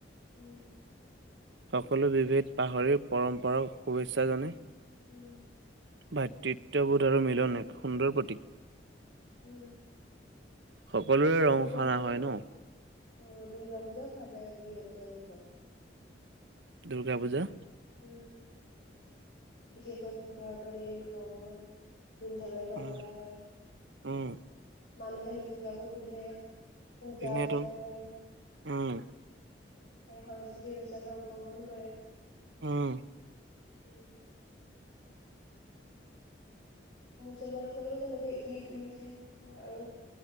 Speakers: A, on the left; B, on the right.
A: উম।
B: সকলো বিভেদ পাহৰি পৰম্পৰাক শুভেচ্ছা জনায়।
A: উম।
B: ভাতৃত্ববোধ আৰু মিলন এক সুন্দৰ প্ৰতীক।
A: উম
B: সকলোৰে
A: দুৰ্গা
B: ৰং সানা
A: পূজাও
B: হয় ন?
A: অ দুৰ্গা পূজা ভাৰতৰ এক বৃহত্তৰ উৎসৱ।
B: দুৰ্গা পূজা।
A: উম বিশেষকৈ পূৱ ভাৰতৰ এই উৎসৱসমূহত ধুমধামেৰে পালন
B: উম
A: কৰা হয়,
B: উম
A: মানুহে নতুন কাপোৰ পিন্ধে। পূজা
B: পিন্ধেতো
A: অৰ্চনা কৰে।
B: উম
A: আৰু সাংস্কৃতিক অনুষ্ঠানত অংশগ্ৰহণ কৰে।
B: উম।
A: উম। মুছলমান সকলেও তেনেকে ঈদ উল ফিতৰ আৰু